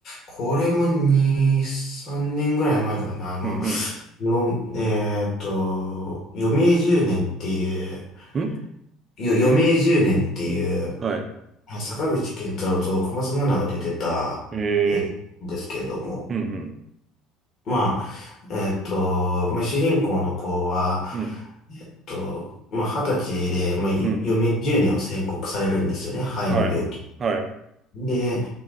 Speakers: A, on the left; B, on the right.
A: これも2、3年ぐらい前かな。あの、
B: うん。
A: よ、えーっと、余命十年っていう、
B: うん。ん
A: よ、余命十年っていう、
B: はい。
A: 坂口健太郎と小松菜奈が出てた映画なんですけれども、
B: ええうん。
A: まあ、えーっと、まあ、主人公の子は、
B: うん。うん。
A: えっと、まあ、二十歳で、まあ、ゆ余命十年を宣告されるんですよね、
B: うん。
A: 肺の病気。
B: はい。はい。
A: で、